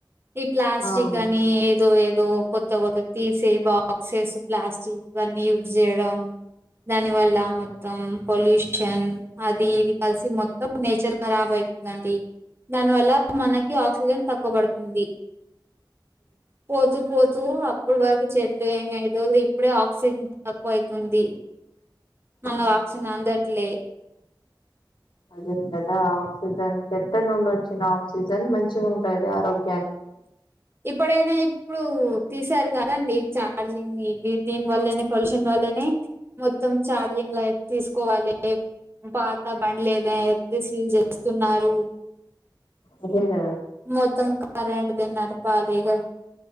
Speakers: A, on the right (about 30°); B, on the left (about 85°).
A: ఈ ప్లాస్టిక్
B: అవును
A: అని ఏదో ఏదో కొత్త కొత్త తీసే బాక్సేస్ ప్లాస్టిక్ అన్నీ యూజ్ చేయడం దాని వల్ల మొత్తం పొల్యూషన్ అది ఇది కలిసి మొత్తం నేచర్ రాబ్ అయితుందండి దానివల్ల మనకి ఆక్సిజన్ తగ్గాపాబాటుంది పడుతుంది పోతూ పోతూ అప్పుడు వరకు చే లు ఏమ లేదు ఇప్పుడే ఆక్సిజన్ తక్కువ అయితుంది మన
B: అవును
A: వాక్సన్ అందట్లే
B: అదేం కదా ఆక్సిజన్ చెట్ట నుండి వచ్చిన ఆక్సిజన్ మంచి ఉంటాది ఆరోగ్యం
A: ఇప్పుడైనా ఇప్పుడు తీసారు కదండి చార్జింగ్ ఇది దీని వల్లనే పొల్యూషన్ వల్లనే మొత్తం చార్జింగ్ లైట్ తీసుకోవాలి పాత బండ్ లేద ఎతే సీల్ చేస్తున్నారు
B: అదే కదా
A: మొత్తం కార్ ఏడుతున్నారు ఖాళీగానే